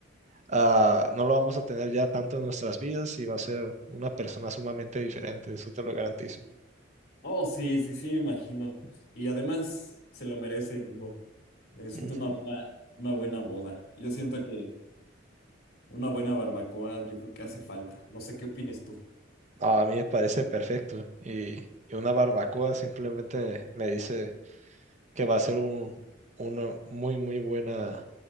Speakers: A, on the right; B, on the left.
A: ah, no lo vamos a tener ya tanto en nuestras vidas y va a ser una persona sumamente diferente, eso te lo garantizo.
B: Oh, sí, sí, sí, me imagino. Y además se lo merece, Jimbo. Necesito
A: Ujú.
B: una buena, una buena boda. Yo siento que una buena barbacoa, yo creo que hace falta. No sé qué opines tú.
A: No, a mí me parece perfecto y, y una barbacoa simplemente me dice que va a ser un, una muy, muy buena